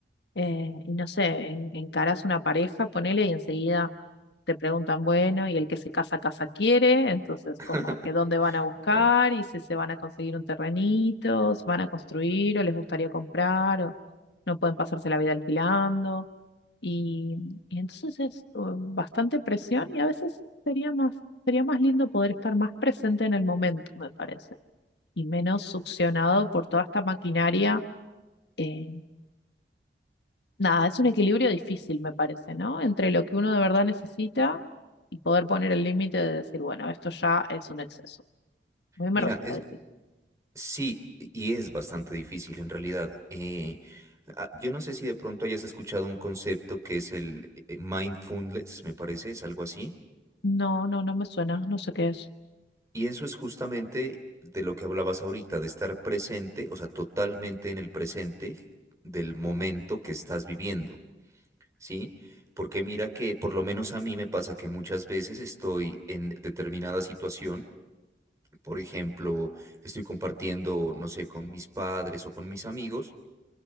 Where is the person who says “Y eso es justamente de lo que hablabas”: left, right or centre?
Right